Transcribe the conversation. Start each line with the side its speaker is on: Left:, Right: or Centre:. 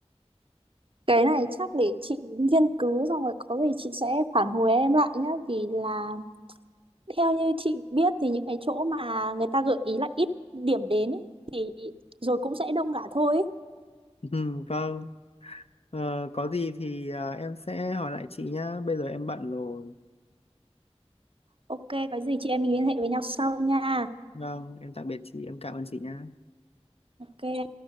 Right: cái này chắc để chị nghiên cứu xong rồi có gì chị sẽ phản hồi em lại nhá vì là theo như chị biết thì những cái chỗ mà người ta gợi ý là ít điểm đến ý, thì rồi cũng sẽ đông cả thôi ý.
Left: <laughs> Ừ, vâng. Ờ, có gì thì à, em sẽ hỏi lại chị nhá. Bây giờ em bận rồi.
Right: Ok có gì chị em mình liên hệ với nhau sau nha
Left: Vâng, em tạm biệt chị, em cảm ơn chị nha
Right: Ok